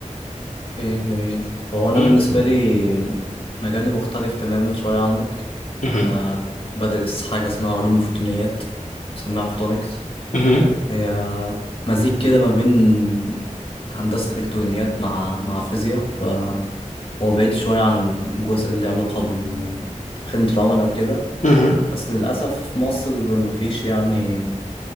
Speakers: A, on the left; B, on the left.
A: اوكي جميل هو انا
B: مم.
A: بالنسبه لي مجالي مختلف تماما شويه عنك
B: مهم.
A: انا بدرس حاجه اسمها علوم الفوتونيات بسميها فوتونيكس
B: مهم.
A: هي مزيج كده ما بين هندسة إلكترونيات مع مع فيزياء فهو بعيد شوية عن الجزء اللي علاقة بال- بخدمة العملاء وكده
B: مهم.
A: بس للأسف في مصر مفيش يعني